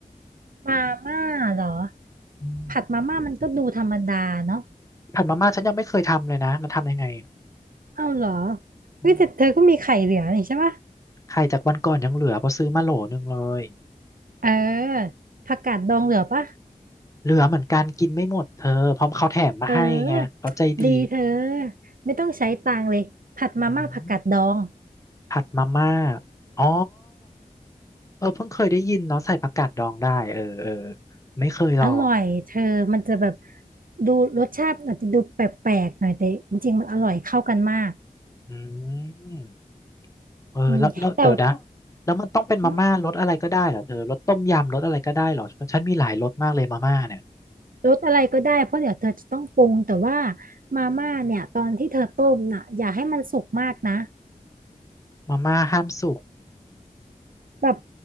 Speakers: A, on the right; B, on the left.
A: มาม่าเหรอ
B: อืม
A: ผัดมาม่ามันก็ดูธรรมดาเนาะ
B: ผัดมาม่าฉันยังไม่เคยทำเลยนะมันทำยังไงอะ
A: เอ้าเหรอเฮ้ยแต่เธอก็มีไข่เหลือนี่ใช่ปะ
B: อืมไข่จากวันก่อนยังเหลือเพราะซื้อมาโหลนึงเลย
A: เออผักกาดดองเหลือปะ
B: เหลือเหมือนกันกินไม่หมดเธอเพราะเขาแถมมาให้ไงเขาใจดี
A: เออดีเธอไม่ต้องใช้ตังค์เลยผัดมาม่าผักกาดดอง
B: อืมผัดมาม่าอ๋อ เออเพิ่งเคยได้ยินเนาะใส่ผักกาดดองได้เออเออไม่เคยลอง
A: อร่อยเธอมันจะแบบดูรสชาติอาจจะดูแปลกๆหน่อยแต่จริงๆมันอร่อยเข้ากันมาก
B: อืมเออแล้วแล้วเดี๋ยวนะ
A: อืมแต่ว่า
B: แล้วมันต้องเป็นมาม่ารสอะไรก็ได้เหรอเธอรสต้มยำรสอะไรก็ได้เหรอฉันมีหลายรสมากเลยมาม่าเนี่ย
A: อืมรสอะไรก็ได้เพราะเดี๋ยวเธอจะต้องปรุงแต่ว่ามาม่าเนี่ยตอนที่เธอต้มน่ะอย่าให้มันสุกมากนะ
B: มาม่าห้ามสุก
A: แบบ